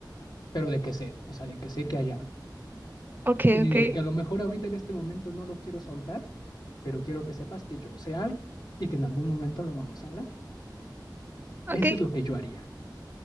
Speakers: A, on the left; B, on the right.
A: pero de que sé, o sea, de que sé que hay algo.
B: Okay,
A: Y
B: okay.
A: de que a lo mejor ahorita en este momento no lo quiero soltar, pero quiero que sepas que yo sé algo y que en algún momento lo vamos a hablar.
B: Okay.
A: Eso es lo que yo haría.